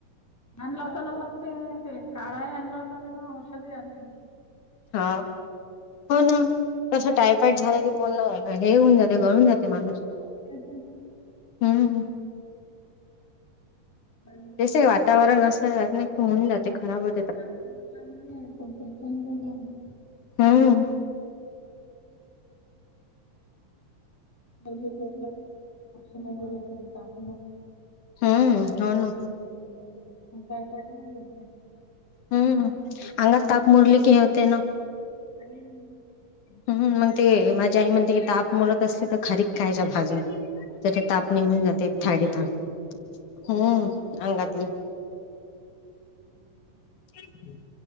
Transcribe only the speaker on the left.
हा हो ना कसं टायफॉईड झालं की पनण हे होऊन जातं गळून जात माणूस
हम्म
जसे वातावरण असं वा नाही की होऊन जाते खराब हो
हम्म
हम्म
हो
ना
हम्म अंगात ताप मुरली की हे होते ना
हम्म मग ते माझ्या आई म्हणते की ताप मोरत असले तर खारीक खायच्या भाजून त्या
ताप निघून
जाते थाळी तप हम् अंगातून
ह